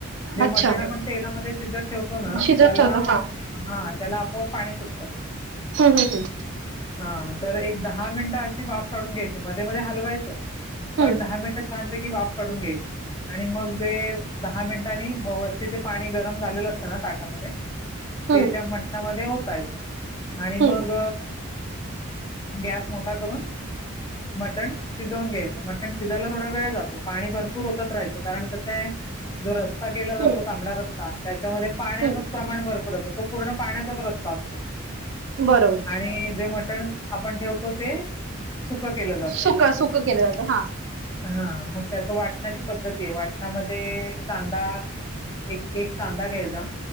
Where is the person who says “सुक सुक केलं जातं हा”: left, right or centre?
Right